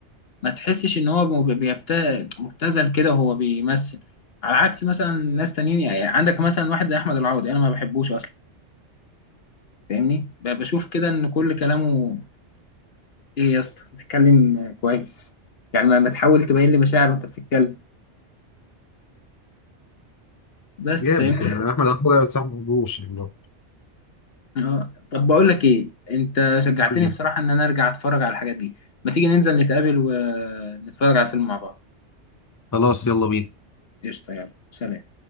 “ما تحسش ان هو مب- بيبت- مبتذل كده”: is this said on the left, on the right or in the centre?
Left